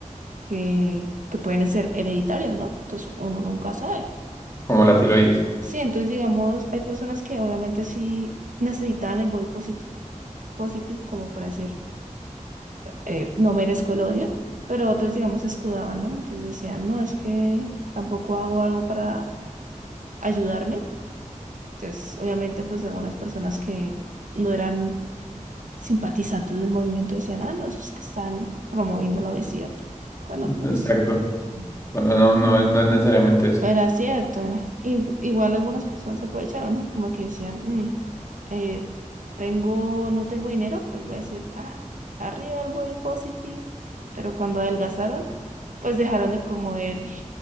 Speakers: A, on the right; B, on the left.
A: que, que pueden ser hereditarias, ¿no? Entonces, uno nunca sabe.
B: como la tiroides.
A: Sí, entonces digamos, hay personas que obviamente sí necesitan el body posit- positive, como para decir, eh, no merezco el odio, pero otros digamos se escudaban, ¿no? Entonces decían, no, es que tampoco hago algo para ayudarme. Entonces, obviamente, pues algunas personas que no eran simpatizantes del movimiento decían, ah, no, es que están promoviendo la obesidad, cuando pues
B: Exacto. Bueno, no, no, no es necesariamente eso.
A: Pero es cierto, eh, i- igual algunas personas se aprovecharon, ¿no? Como que decían, "Mm, eh, tengo, no tengo dinero, pues voy a decir, ah, arriba el body positive. Pero cuando adelgazaron, pues dejaron de promover